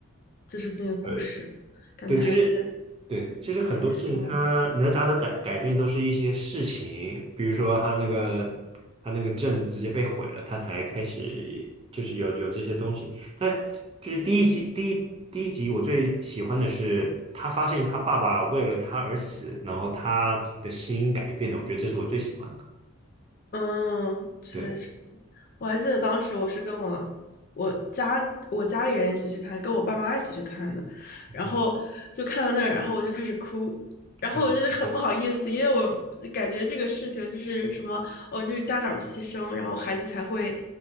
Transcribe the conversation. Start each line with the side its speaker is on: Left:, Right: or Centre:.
Left: 就是那个故事，
Right: 对
Left: 感觉还是有
Right: 对，就是对，就是很多事情他哪吒的改改变都是一些事情，
Left: 点失望。
Right: 比如说他那个他那个阵直接被毁了，他才开始就是有有这些东西。但就是第一集第一第一集我最喜欢的是他发现他爸爸为了他而死，然后他的心改变了，我觉得这是我最喜欢的。
Left: 嗯，确实。
Right: 对，
Left: 我还记得当时我是跟我我家我家里人一起去看，跟我爸妈一起去看的，
Right: 嗯
Left: 然后就看到那儿，然后我就开始哭，然后我就
Right: 嗯，
Left: <laughs> 是很不好意思，因为我感觉这个事情就是什么哦，就是家长牺牲，然后孩子才会